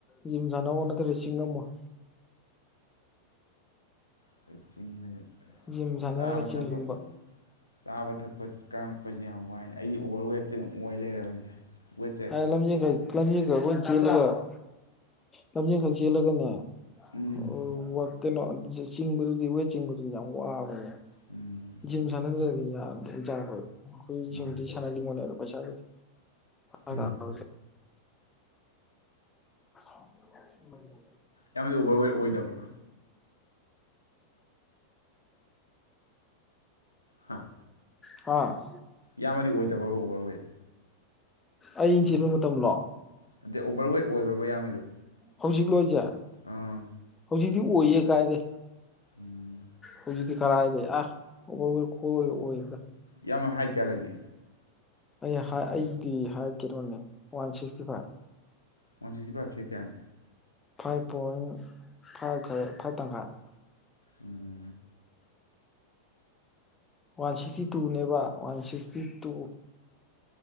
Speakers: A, on the left (about 15°); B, on the left (about 80°).
A: ꯖꯤꯝ ꯁꯥꯟꯅꯧꯑꯣ ꯅꯠꯇ꯭ꯔꯗꯤ ꯆꯤꯡ ꯉꯝꯃꯣꯏ
B: ꯑꯩꯈꯣꯏ ꯆꯤꯡꯕꯗ
A: ꯖꯤꯝ ꯁꯥꯟꯅꯔꯒ
B: ꯆꯥꯕ
A: ꯆꯤꯡꯕ
B: ꯊꯛꯄ <unintelligible> ꯆꯥꯕ ꯊꯛꯄ ꯀꯉꯛꯄꯁꯦ ꯌꯥꯝ ꯋꯥꯏ ꯑꯩ ꯑꯣꯚꯔ ꯋꯦꯠꯁꯦ ꯑꯗꯨꯝ ꯑꯣꯏ ꯂꯩꯔꯦꯕ ꯍꯧꯖꯤꯁꯦ ꯋꯦꯠꯁꯦ
A: <unintelligible> ꯂꯝꯖꯦꯜꯈꯛ ꯑꯣꯏ ꯆꯦꯜꯂꯒ ꯂꯝꯖꯦꯜꯈꯛ ꯆꯦꯜꯂꯒꯅꯦ
B: ꯎꯝ
A: ꯑꯣ ꯀꯩꯅꯣ ꯆꯤꯡꯕꯗꯨꯗꯤ ꯋꯦ ꯆꯤꯡꯕꯗꯨꯗꯤ ꯌꯥꯝ ꯋꯥꯕꯅꯦ
B: ꯎꯝ
A: ꯖꯤꯝ ꯁꯥꯟꯅꯗꯔꯗꯤ ꯌꯥꯔꯣꯏ ꯑꯈꯣꯏ
B: ꯎꯝ
A: ꯖꯤꯝꯗꯤ ꯁꯥꯟ ꯄꯩꯁꯥ ꯂꯩꯇꯥꯗꯥꯅ
B: ꯎꯝ
A: <unintelligible> <unintelligible>
B: ꯌꯥꯝꯕꯗꯤ ꯑꯣꯕꯔꯋꯦꯠ ꯑꯣꯏꯗꯕ꯭ꯔꯣ ꯍꯥꯥ
A: ꯍꯥ
B: ꯌꯥꯝꯃꯗꯤ ꯑꯣꯏꯗꯕ꯭ꯔꯣ ꯑꯣꯕꯔꯋꯦꯠ
A: ꯑꯤꯡ ꯆꯤꯟꯕ ꯃꯇꯝꯂꯣ
B: ꯅꯠꯇꯦ ꯑꯣꯕꯔꯋꯦꯠ ꯑꯣꯏꯕ꯭ꯔꯕ ꯌꯥꯝꯕꯁꯨ
A: ꯍꯧꯖꯤꯛ ꯂꯣ ꯍꯥꯏꯁꯦ
B: ꯑꯥ
A: ꯍꯧꯖꯤꯛꯗꯤ ꯑꯣꯏꯌꯦ ꯀꯥꯏꯗꯩ
B: ꯎꯝ
A: ꯍꯧꯖꯤꯛꯗꯤ ꯀꯔꯥꯏꯗꯩ ꯑ ꯑꯣꯕꯔ ꯋꯦꯠ ꯈꯨꯑꯣꯏ ꯑꯣꯏꯗ
B: ꯌꯥꯝꯕ ꯍꯥꯏꯠ ꯀꯌꯥ ꯂꯩꯒꯦ
A: ꯑꯩ ꯍꯥ ꯑꯩꯗꯤ ꯍꯥꯏꯠ ꯀꯩꯅꯣꯅꯦ one sixty five
B: one sixty ꯐꯥꯏꯚꯁꯦ ꯀꯌꯥꯅꯣ
A: ꯐꯥꯏꯚ ꯄꯣꯏꯟ ꯐꯥꯏꯚ ꯈꯔ ꯐꯥꯏꯚ ꯇꯪꯈꯥꯏ
B: ꯎꯝ
A: ꯋꯥꯟ ꯁꯤꯛꯁꯇꯤ ꯇꯨꯅꯦꯕ one sixty two